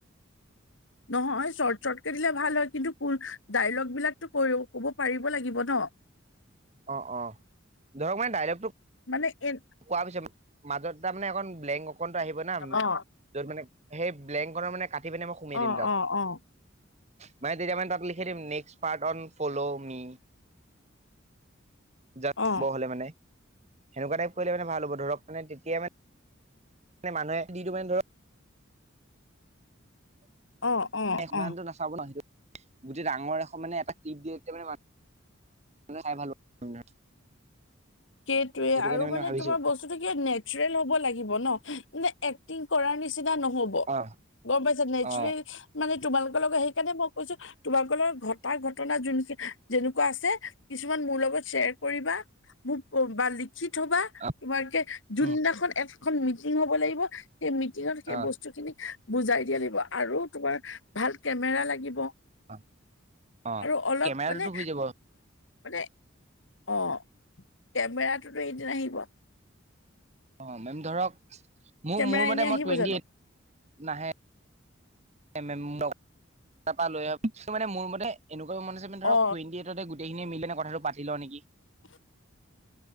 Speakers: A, on the left (about 65°); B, on the right (about 35°).
A: নহয় শৰ্ট শ্বৰ্টকে দিলে ভাল হয়, কিন্তু পু ডাইলগ বিলাকটো কব পাৰিব লাগিব ন।
B: অ অ। ধৰক মানে ডাইলগটো
A: মানে এই
B: <unintelligible> পিছে মাজত তাৰ মানে এখন ব্লেংক অকন আহিব না যত
A: অ
B: মানে সেই ব্লেংকখনৰ মানে কাটি পিনে মই সোমিয়াই
A: অ
B: দিম তাত।
A: অ অ
B: মানে তেতিয়া মানে তাত লিখি দিম নেক্সপাৰ্ট অন ফ'ল' মি। যাব
A: অ
B: হলে মানে। সেনেকুৱা টাইপ কৰিলে মানে ভাল হ'ব, ধৰক মানে তেতিয়া মানে মানুহে যিটো মানে ধৰক,
A: অ অ।
B: সিমানটো
A: অ
B: নাচাব ন সেই, গোটেই ডাঙৰ এখন মানে এটা ক্লিপ দিয়া মানে চাই ভাল <unintelligible>
A: সেইটোয়ে।
B: সেইটো
A: আৰু
B: কাৰণে
A: মানে
B: ভাবিছো
A: তোমাৰ বস্তু স্তটো কি নেচৰেল হব লাগিব ন, নে এক্টিং কৰাৰ নিচিনা নহ বা।
B: অ
A: গম পাইছ নাই নেচৰেল
B: অ
A: মানে তোমালোকৰ লগত সেইকাৰণে মই কৈছোঁ তোমাকৰ লগত ঘটা ঘটনা যোন যেনেকুৱা আছে, কিছুমান মোৰ লগত শ্বেয়াৰ কৰিবা। মোক বা লিখি থবা,
B: অ
A: তোমাৰ কে যোনদিনাখন
B: উম
A: এখন মিটিং হব লাগিব সেই মিটিঙত সেই
B: অ
A: বস্তু খিনিক বুজাই দিয়া লাগিব। আৰু তোমাৰ ভাল কেমেৰা লাগিব।
B: অ অ
A: আৰু অলপ
B: কেমেৰাটোতো
A: মানে
B: হৈ যাব অ
A: মানে অ। কেমেৰাটোতো এদিন আহিব।
B: অ মেম ধৰক, মোৰ
A: কেমেৰা
B: মোৰ মতে
A: এনে আহিব
B: মই টুৱেণ্টি
A: জানো
B: এইট নাহে। <unintelligible> লৈ আহ মানে মোৰ মতে এনেকুৱা মানে মানে ধৰক,
A: অ
B: টুৱেণ্ট এইটতে গোটেইখিনি মিলি কথাটো পাতি লওঁ নেকি?
A: হয় <unintelligible>